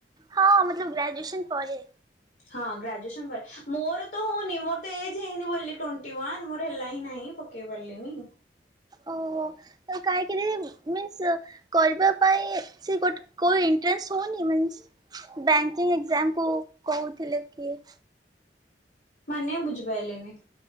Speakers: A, on the right; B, on the left.
A: ହଁ ମତଲବ୍ ଗ୍ରାଜୁଏସନ୍ ପରେ
B: ହଁ ଗ୍ରାଜୁଏସନ୍ ପରେ। ମୋର ତ ହଉନି ମୋର ତ ଏଜ୍ ହେଇନି ବୋଲି ଟୋଣ୍ଟି ୱାନ୍ ମୋର ହେଲା ହିଁ ନାହିଁ। ପ ପକେଇପାରିଲିନି।
A: ଓହୋ। ତ କାଇଁକି <unintelligible> ମିନ୍ସ କରିବା ପାଇଁ ସେ ଗୋଟେ କୋଉ ଇଣ୍ଟ୍ରାନ୍ସ ହଉନି ମିନ୍ସ ବ୍ୟାଙ୍କିଙ୍ଗ ଏକ୍ଜାମକୁ କହୁଥିଲେ କିଏ?
B: ମାନେ ମୁଁ ବୁଝିପାଇଲିନି।